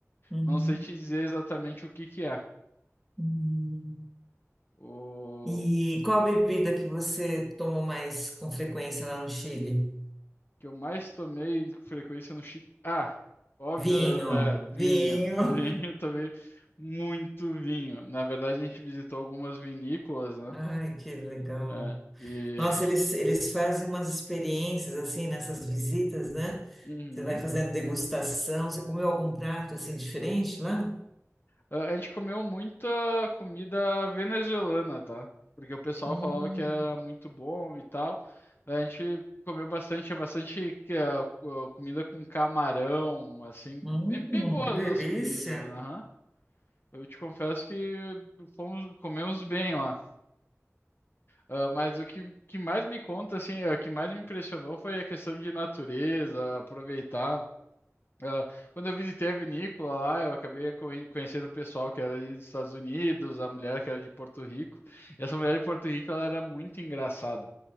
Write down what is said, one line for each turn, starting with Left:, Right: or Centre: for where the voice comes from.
Centre: Uhum.
Left: Não sei te dizer exatamente o que que é.
Centre: Uhum.
Left: O...
Centre: E qual a bebida que você toma mais com frequência lá no Chile?
Left: que eu mais tomei com frequência no Chile. Ah, óbvio,
Centre: Vinho,
Left: é, é, vinho.
Centre: vinho.
Left: <laughs> Vinho, eu tomei muito vinho. Na verdade, a gente visitou algumas vinícolas, né?
Centre: <laughs> Ai, que legal.
Left: É, e
Centre: Nossa, eles, eles fazem umas experiências assim nessas visitas, né?
Left: Uhum.
Centre: Você vai fazendo degustação. Você comeu algum prato assim diferente lá?
Left: Ah, A gente comeu muita comida venezuelana, tá? Porque o pessoal
Centre: Hum.
Left: falava que era muito bom e tal. Daí A gente comeu bastante, é bastante que é, co- comida com camarão, assim,
Centre: Hum,
Left: bem, bem boas
Centre: que delícia.
Left: as comidas, aham. Eu te confesso que fomos, comemos bem lá. Ah, mas o que, que mais me conta, assim, é, o que mais me impressionou foi a questão de natureza, aproveitar. Ah, quando eu visitei a vinícola lá, eu acabei conhe- conhecendo o pessoal que era ali dos Estados Unidos, a mulher que era de Porto Rico. E essa mulher de Porto Rico, ela era muito engraçada.